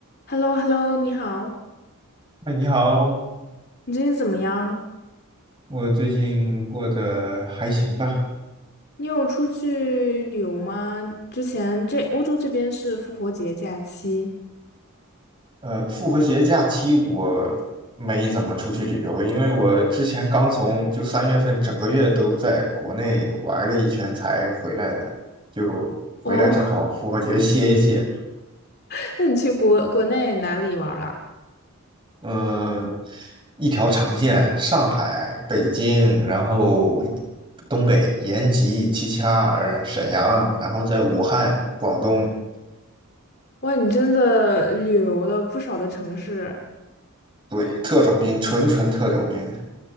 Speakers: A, on the left; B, on the right.
A: h e l l o h e l l o 你好，
B: 哎，你好，
A: 你最近怎么样？
B: 我最近过得还行吧？
A: 你有出去旅游吗？之前这欧洲这边是复活节假期
B: 呃，复活节假期我没怎么出去旅游，因为我之前刚从就三月份整个月都在国内玩了一圈才回来的，就回来正好复活节歇一歇。
A: 哦，<laughs> 那你去国国内哪里玩了？
B: 嗯、一条长线，上海、北京，然后东北延吉、齐齐哈尔、沈阳，然后在武汉、广东，
A: 哇，你真的旅游了不少的城市。
B: 对，特种兵，纯纯特种兵。